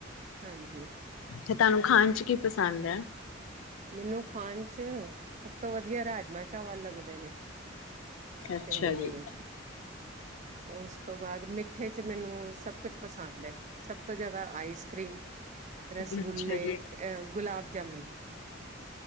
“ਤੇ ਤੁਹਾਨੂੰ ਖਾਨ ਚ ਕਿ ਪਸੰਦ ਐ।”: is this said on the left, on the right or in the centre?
Left